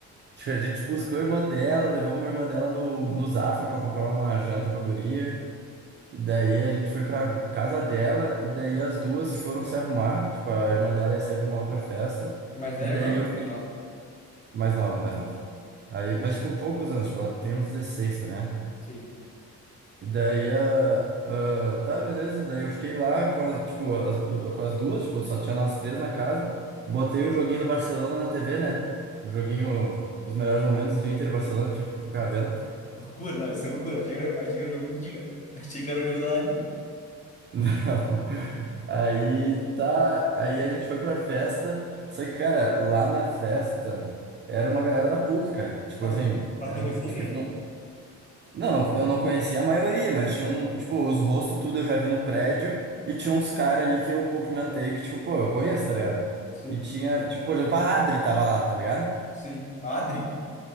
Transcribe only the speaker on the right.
Tipo, A gente buscou a irmã dela, levamos a irmã dela no, no Zafre pra comprar uma janta pra guria. Daí a gente foi pra casa dela e daí as duas foram se arrumar. Tipo, a irmã dela ia sair pra uma outra festa.
E
daí eu...
Mais nova, mais nova. Aí, mas, tipo, poucos anos. Tipo, ela tem uns 16 tá, né?
E daí, a ah tá, beleza. Daí eu fiquei lá com as, tipo, as, du- com as duas. Tipo, só tinha nós três na casa. Botei o joguinho do Barcelona na TV, né? O joguinho... Os melhores momentos do Inter e Barcelona, tive que ficar vendo.
<laughs> Não. Aí tá, aí a gente foi pra festa, só que, cara, lá na festa era uma galera da PUC, cara. Tipo
assim,
era,
tipo,
tinha-
um, não, não, eu não conhecia a maioria, mas tinha um, tipo, os rostos tudo eu já vi no prédio e tinha uns caras ali que eu cumprimentei que, tipo, pô, eu conheço, tá ligado?
E tinha, tipo, por exemplo, a Adri tava lá, tá ligado?